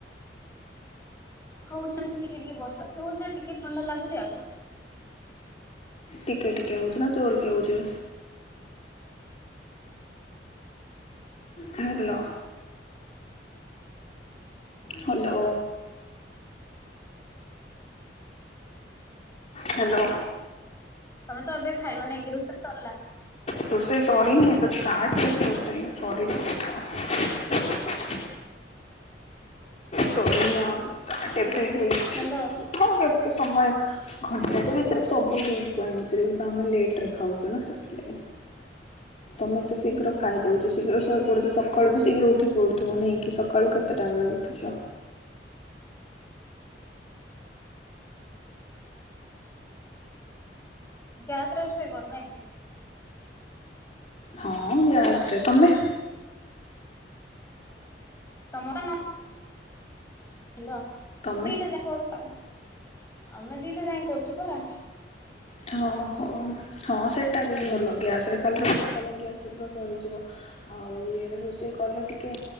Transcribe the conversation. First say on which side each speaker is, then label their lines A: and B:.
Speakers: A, on the left (about 15°); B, on the left (about 40°).
A: ହଉଛନ୍ତି ଟିକେ ଟିକେ ବର୍ଷା ଏ ହଉଛି ଟିକେ ଥଣ୍ଡା ଲାଗୁଛି ଆଉ
B: ଟିକେ ଟିକେ ହଉଛି ନା ଜୋର କି ହଉଛି। Hello hello. ହାଲୋ।
A: ତମେ ତ ଏବେ ଖାଇବନି ରୋଷେଇ ସରିଲା।
B: ରୋସେଇ ସରିନି, ଏବେ ଷ୍ଟାର୍ଟ କରିଛି <inaudible> ଏବେ ରୋସେଇ, ରୋସେଇ ସରିନି ସରି ନଉଟ। ହେଇଛି
A: ହ୍ୟାଲୋ।
B: ହଁ କେତେ ସମୟ। ଘଣ୍ଟାଟେ ଭିତରେ ସବୁ ହେଇଯିବ ଏମିତିରେ ବି ତ ଆମେ ଲେଟ ରେ ଖାଉଛୁ ନା ସେଥିଲାଗି। ତମେ ଏତେ ଶୀଘ୍ର ଖାଇଦଉଛ ଶୀଘ୍ର ଶୋଇପଡୁଛ ସକାଳୁ ବି ଶୀଘ୍ର ଉଠି ପଡୁଥିବ ନେଇକି ସକାଳୁ କେତେଟା ବେଳେ ଉଠ ଉଠୁଛ।
A: ଯାାତ୍ରା ବର୍ଷ ହେ କରଡନା କିି।
B: ହଁ ଗ୍ୟାସରେ ତମେ
A: ସମ ନ। ହାଲୋ।
B: ତମେ
A: ଠିକ ଅଛି କରୁଥାଅ ଆମେ ଦିଟା ଯାାଇ କରୁଛୁ ପରା
B: ହଁ ହୋ ହଁ ସେଇଟା ବି ଭଲ ଗ୍ୟାସରେ ଖାଲି ରୋଷେଇ କଲେ ଗ୍ୟାସ ଶୀଘ୍ର ସରିଯିବ ଆଉ ଇଏରେ ରୋଷେଇ କଲେ ଟିକେ